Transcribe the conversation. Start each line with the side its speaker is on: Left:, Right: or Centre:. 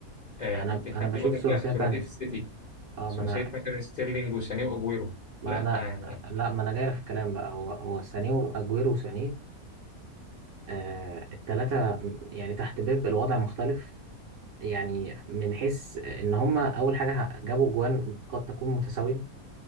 Left: آه
Right: أنا
Left: ممكن
Right: أنا
Left: حد
Right: بشوف
Left: يقول لك
Right: ثلاثية
Left: لا ثلاثيه
Right: تانية
Left: السيتي
Right: أه ما
Left: ثلاثيه
Right: أنا
Left: مثلا ستيرلينج وسانيه واجويرو
Right: ما
Left: لا
Right: أنا
Left: يعني
Right: لا ما أنا جاي في الكلام بقى هو هو سانيه وأجويرو وسانيه آه الثلاثة م- يعني تحت بيب الوضع مختلف يعني من حيث إن هما أول حاجة جابوا جوان قد تكون متساوية